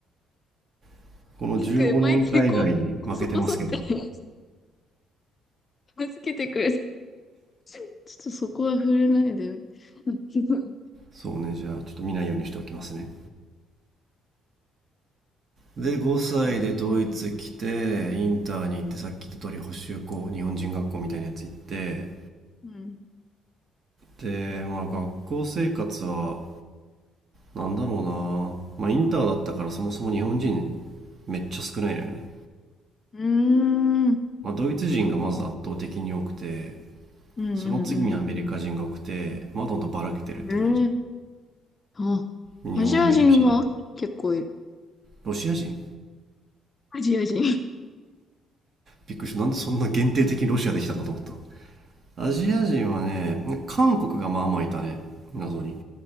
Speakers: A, on the right; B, on the left.
A: <laughs> この15年海外に負けてますけど
B: なんか毎回こう、こそこそって <laughs> 片けてくれる。ちょっとそこは触れないで。<laughs>
A: そうねじゃあちょっと見ないようにしておきますねで5歳でドイツ来てインターに行ってさっき言った通り補習校日本人学校みたいなやつ行って
B: そう。うん。うん
A: でまあ学校生活はなんだろうなまあインターだったからそもそも日本人めっちゃ少ないのよね。
B: うーん。
A: まあドイツ人がまず圧倒的に多くて、
B: そっか。うんうん
A: その次にアメリカ人が多くて、まだまだばらけてるって感じ。
B: うん。ええあ、
A: 日本もいるし、
B: アジア人は結構いる。
A: ロシア人
B: アジア人。
A: びっくりした。なんでそんな限定的にロシアできたんだと思った。アジア人はね、韓国がまあまあいたね。謎に。